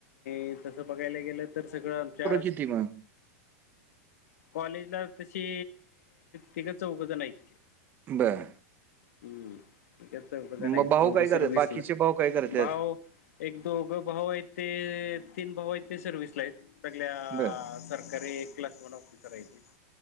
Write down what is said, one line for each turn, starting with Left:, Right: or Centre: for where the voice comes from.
Left: ते तसं बघांयंला गेलं तरं सगळं आमच्यां
Right: किती मग
Left: कॉलेजलां तशी तिघं चौघं झंण आहेत की
Right: बरं
Left: हम्मं तीघं चौघं
Right: मग
Left: आहेतं
Right: भाऊ
Left: दोघंसर
Right: काय करत
Left: वीसंलां
Right: बाकीचे भाऊ काय करतात
Left: भांऊ एक दोघं भांऊ आहेतं ते तीनं भांऊ आहेतं ते सर्विसलां आहेतं सगळं
Right: बर
Left: सरकारी कंल्क वर ऑफिसर आहेतं ते